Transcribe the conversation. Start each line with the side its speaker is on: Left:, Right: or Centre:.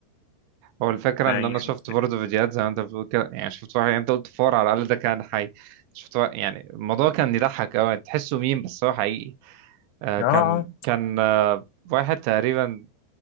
Right: هو الفكرة
Left: ما
Right: ان
Left: يعني
Right: انا شفت برضه فيديوهات زي ما انت بتقول كده يعني شفت واحد يعني انت قلت فار على الاقل ده كان حي شفت واحد يعني الموضوع كان يضحك قوي تحسه ميم بس هو حقيقي آه
Left: آه
Right: كان كان آه واحد تقريبا